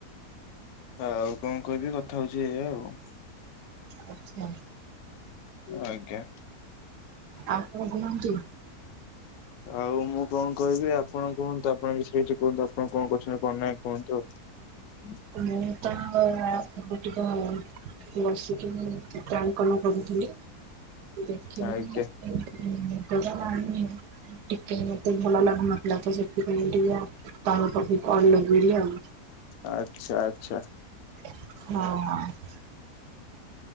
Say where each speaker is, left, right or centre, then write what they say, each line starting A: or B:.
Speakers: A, on the left (about 70°); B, on the right (about 85°).
A: ଆଉ କଣ କହିବି? କଥା ହଉଛି ଏଇଆ ଆଉ।
B: ଆଚ୍ଛା।
A: ଆଜ୍ଞା।
B: ଆଉ କଣ କୁହନ୍ତୁ?
A: ଆଉ ମୁଁ କଣ କହିବି ଆପଣ କୁହନ୍ତୁ ଆପଣ ବିଷୟରେ କିଛି କୁହନ୍ତୁ ଆପଣ କଣ କରୁଛନ୍ତି କଣ ନାଇଁ କୁହନ୍ତୁ? ଉଁ।
B: ମୁଁ ତ ଏବେ ଟିକ। ବସିକି ଚିତ୍ରାଙ୍କନ କରୁଥିଲି। ଦେଖିନି
A: ଆଜ୍ଞା
B: ନିଦ ନି-ନିଦ ଟା ଲାଗୁନି ଟିକେ ମତେ ଭଲ ଲାଗୁ ନ ଲା ତ ସେଥିପାଇଁ ଟିକେ ଆ ତମ ପାଖକୁ କଲ ଲଗେଇଲି ଆଉ।
A: ଆଚ୍ଛା ଆଚ୍ଛା।
B: ହଁ।